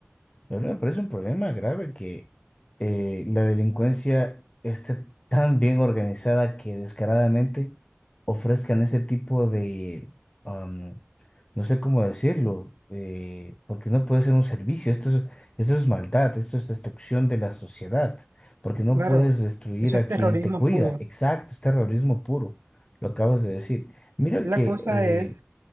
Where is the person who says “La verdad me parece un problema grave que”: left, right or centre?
Left